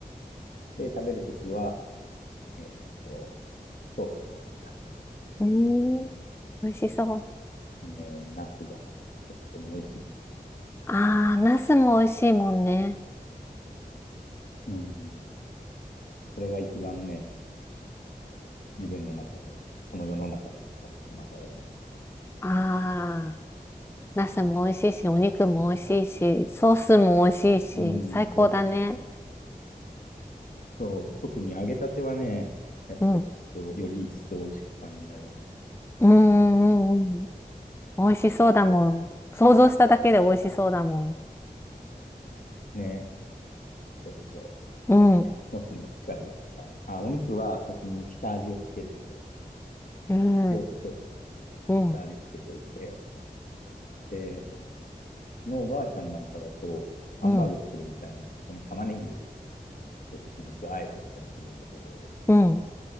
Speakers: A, on the left (about 60°); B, on the left (about 15°).
A: で、食べるときは、えーっと、ソースつけて食
B: うーん、美味しそう。
A: べる。ね、ナスがとっても美味しいんです。
B: あー、ナスも美味しいもんね。
A: うん。それが一番ね、自分の中で、この世の中で一番好きな食べ物か
B: ああ、ナスも美味しいし、お肉も美味しいし、ソースも美味しいし、
A: な。うん、
B: 最高だね。
A: そうそう。そう、特に揚げたてはね、やっぱ一層、
B: うん。
A: より一層美味しく感じられるよ
B: うーん、うん、うん。美味しそうだもん。想像しただけで美味しそうだもん。
A: ね。ね、そうでしょ
B: うん、
A: う。もしね、機会があったら。あ、お肉は先に下味をつけると
B: うん、
A: 塩コショウかなんかで下味つけといて、
B: うん、
A: で、のおばあちゃんなんかだと、ハンバーグ作るみたいに、
B: うん、
A: そこに玉ねぎとひき肉あえちゃったりするんだけど、
B: うん、